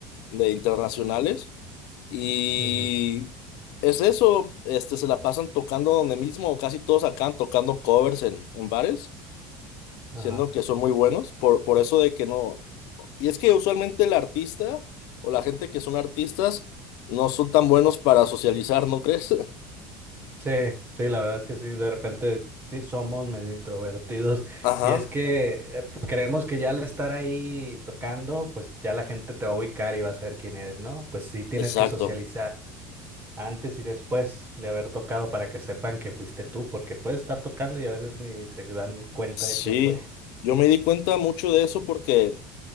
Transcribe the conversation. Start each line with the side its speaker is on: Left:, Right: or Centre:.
Left: de internacionales, y
Right: Ujú,
Left: es eso, este, se la pasan tocando donde mismo, o casi todos acaban tocando covers en, en bares,
Right: Ajá.
Left: siendo que son muy buenos, por, por eso de que no, Y es que usualmente el artista o la gente que son artistas no son tan buenos para socializar, ¿no crees? <laughs>
Right: Sí, sí, la verdad es que sí, de repente sí somos medio introvertidos
Left: Ajá,
Right: y es que eh, p- creemos que ya al estar ahí tocando, pues ya la gente te va a ubicar y va a saber quién eres, ¿no? Pues sí tienes
Left: exacto.
Right: que socializar antes y después de haber tocado para que sepan que fuiste tú, porque puedes estar tocando y a veces ni se dan cuenta
Left: Sí,
Right: de quién fue. <laughs>
Left: yo me di cuenta mucho de eso porque